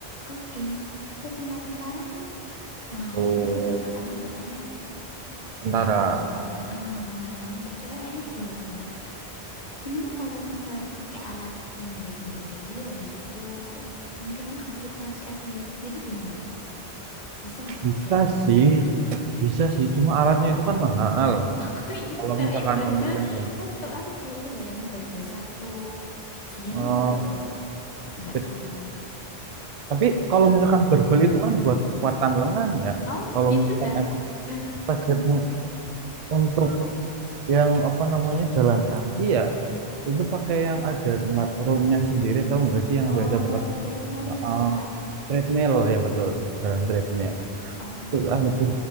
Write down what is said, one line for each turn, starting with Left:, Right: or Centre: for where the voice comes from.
Left: Kodim itu tempat tentara itu. Nah,
Right: Oh,
Left: jadi kebanyakan anggotanya
Right: tentara.
Left: ya pasukan. Nah, ah, yang untuk cewek kayaknya jauh banget. Gimana kalau misal pakai alat yang beli sendiri, habis itu mungkin aplikasi atau YouTube gitu gimana? Bisa nggak
Right: Bisa
Left: kira-kira?
Right: sih, bisa sih. Cuma alatnya itu kan mahal.
Left: <laughs> Ih, Enggak,
Right: Kalau misalkan
Left: yang barbel
Right: untuk yang
Left: satu aja itu loh, yang barbel satu bijian
Right: eh
Left: itu loh, nggak
Right: fit
Left: semuanya.
Right: Tapi kalau misalkan barbel itu kan buat kekuatan lengan ya.
Left: Oh,
Right: Kalau
Left: gitu
Right: misalkan
Left: ta?
Right: emang
Left: Lah,
Right: targetmu
Left: hmm.
Right: untuk yang apa namanya jalan kaki ya, itu pakai yang ada tempat roundnya sendiri tahu nggak sih yang
Left: Oh,
Right: biasa buat
Left: treadmill
Right: uh,
Left: itu ta?
Right: treadmill ya betul jalan treadmill
Left: Oh,
Right: itu
Left: berarti,
Right: kan lebih